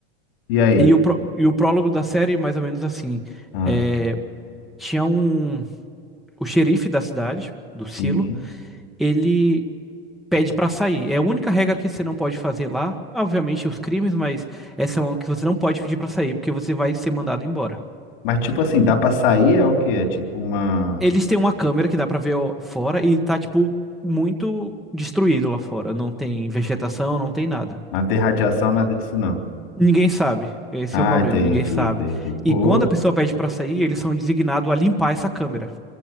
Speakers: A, on the left; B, in the centre.
A: E aí?
B: E o, pró- e o prólogo da série, mais ou menos assim,
A: Ah,
B: é, tinha um, o xerife da cidade, do
A: Sim.
B: silo, ele pede pra sair. É a única regra que você não pode fazer lá. Obviamente os crimes, mas essa é uma que você não pode pedir pra sair, porque você vai ser mandado embora.
A: mas tipo assim, dá pra sair? É o quê? É tipo uma.
B: Eles têm uma câmera que dá pra ver ó, fora e tá tipo muito destruído lá fora. Não tem vegetação, não tem nada.
A: Não tem radiação, nada disso não.
B: Ninguém sabe. Esse
A: Ah,
B: é o problema,
A: entendi,
B: ninguém sabe.
A: entendi. Pô,
B: E quando a pessoa pede pra sair, eles são designados a limpar essa câmera